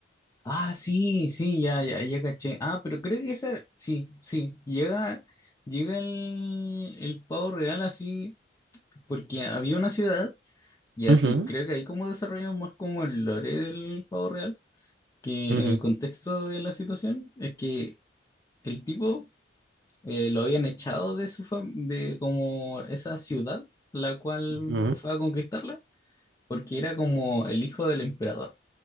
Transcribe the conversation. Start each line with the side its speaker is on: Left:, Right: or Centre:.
Left: Ah, sí, sí, ya, ya, ya caché. Ah, pero creo que esa, sí, sí, llega, llega el, el pavo real así, porque había una ciudad, y
Right: Ujú.
Left: así, creo que ahí como desarrollan más como el lore del pavo real que
Right: Ujú,
Left: en el contexto de la situación es que el tipo eh, lo habían echado de su fam- de como esa ciudad la cual
Right: ujú,
Left: fue a conquistarla porque era como el hijo del emperador,